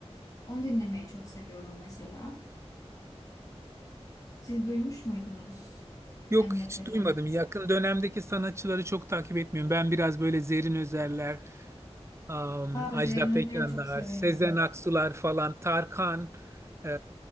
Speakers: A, on the left; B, on the right.
A: Onu dinlemeyi çok seviyorum mesela. Siz duymuş muydunuz
B: Yok
A: Emre
B: hiç
A: Fel'i?
B: duymadım. Yakın dönemdeki sanatçıları çok takip etmiyorum. Ben biraz böyle Zerrin Özerler, Am,
A: Aa,
B: Ajda
A: Zerrin
B: Pekanlar,
A: Özer'i çok severim.
B: Sezen Aksular falan, Tarkan e,